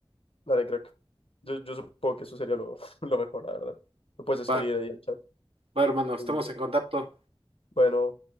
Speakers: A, on the left; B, on the right.
A: Dale, crack. Yo, yo supongo que eso sería lo, <laughs> lo mejor, la verdad. Lo puedes escribir
B: Va,
A: ahí en el chat.
B: va, hermano, estamos
A: Muy bien.
B: en contacto.
A: Bueno.